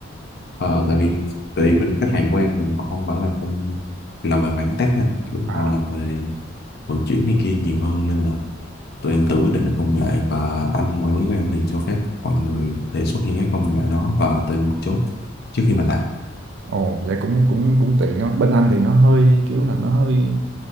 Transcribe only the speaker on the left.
Ờ, tại vì tại vì bên khách hàng của em thì họ không phải là công làm về mảng tech anh kiểu
họ làm về vận chuyển này kia nhiều hơn nên là tụi em tự quyết định được công nghệ và anh quản lý của em thì cho phép mọi người đề xuất những cái công nghệ đó và tụi em chốt trước khi mà làm